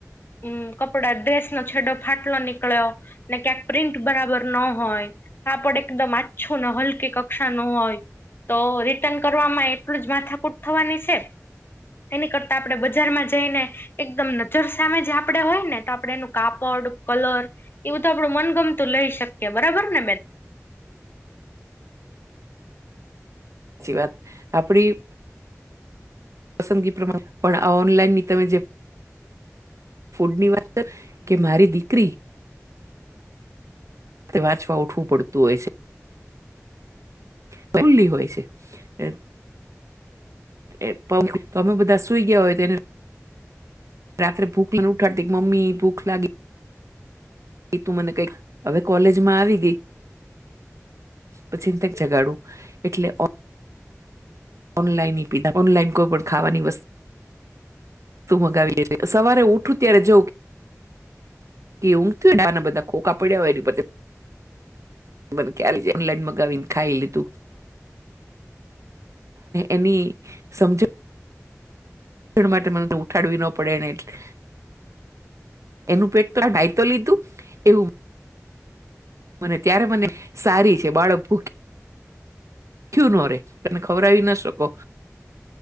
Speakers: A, on the left; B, on the right.
A: હમ્મ કપડા ડ્રેસ ન છેડો ફાટવા નીકળ્યો ને ક્યાંક પ્રિન્ટ બરાબર ન હોય કાપડ એકદમ આ્છો ને હલકી કક્ષા નો હોય તો રિટર્ન કરવામાં એટલું જ માથાકૂટ થવાની છે એની કરતા આપણેે બજારમાં જઈને એકદમ નજર સામે જ આપડણે હોય ને તો આપણે એનું કાપડ કલર. એવું તો આપડું મનગમતું લઈ શકીએ બરાબર ને બેન.
B: સાચી વાત આપડી પસંદગી પ્રમાણે પણ આ ઓનલાઈન ની તમે જે. ફૂડ ની વાત કર કે મારી દીકરી. વાંચવા ઉઠવું પડતું હોય છે. ફૂલી હોય છે એ એ પણ તમે બધા સુઈ ગયા હોય તેને. રાત્રે ભૂખ લને ઉઠાડી મમ્મી ભૂખ લાગી એ તું મને કઈક હવે કોલેજમાં આવી ગઈ. પછી કે કેમ જગાડું એટલે. ઓનલાઈન પીધા ઓનલાઈન કોઈ પણ ખાવાની વસ્તુ. મગાવીડે છે સવારે ઉઠું ત્યારે જઉું. એ ઊંઘતી હોયને એના બધા ખોખા પડ્યા હો એની ફરતે મને કે ઓનલાઈન મગાવી ને ખાઈ લીધું. એની સમજણ માટે મને ઉઠાડવી ના પડે એને એટલે. એનું પેટ તો આ દાય લીધું એવું. મને ત્યારે મને સારી છે બાળક ભૂખ. ભૂકીયું ન રે તમે ખવરાાવી ના શકો.